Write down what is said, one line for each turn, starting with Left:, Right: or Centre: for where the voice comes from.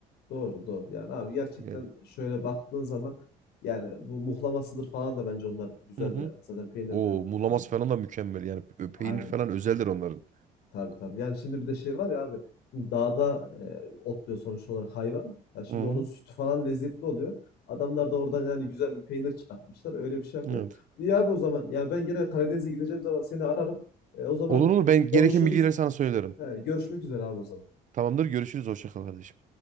Left: Doğru doğru. Yani abi gerçekten
Right: Yani.
Left: şöyle baktığın zaman yani bu muhlamasıdır falan da bence onlar güzeldir
Right: Hı hı.
Left: yani. Zaten peynirden
Right: O
Left: yaptığı
Right: muğlaması
Left: falan.
Right: falan da mükemmel. Yani pe-
Left: Aynen
Right: peynir falan özeldir onların.
Left: Tabii tabii. Yani şimdi bir de şey var ya abi. şimdi Dağda e, otluyor sonuç olarak hayvan. Ya şimdi
Right: Hı hı.
Left: onun sütü falan lezzetli oluyor. Adamlar da oradan yani güzel bir peynir çıkartmışlar. Öyle bir şey yapıyorlar.
Right: Evet.
Left: İyi abi o zaman. Yani ben gene Karadeniz'e gideceğim zaman seni ararım. E, o zaman
Right: Olur
Left: e,
Right: olur. Ben gereken
Left: konuşuruz.
Right: bilgileri sana söylerim.
Left: He, görüşmek üzere abi o zaman.
Right: Tamamdır. Görüşürüz. Hoşça kal kardeşim.